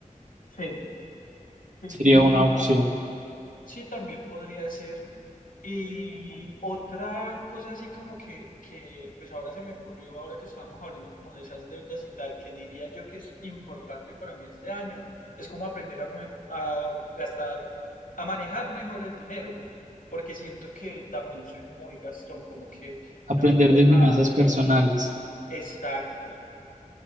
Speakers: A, on the left; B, on the right.
A: sí. Sí,
B: Sería
A: sí,
B: una
A: y
B: opción.
A: ah, sí también podría ser. Y otra cosa así como que, que, pues ahora se me ocurrió, ahora que estábamos hablando como de esas deudas y tal, que diría yo que es importante para mí este año, es como aprender a, me- a gastar, a manejar mejor el dinero, porque siento que también soy muy gastón, como que
B: Aprender
A: no sé ahorrar.
B: de finanzas personales.
A: Exacto.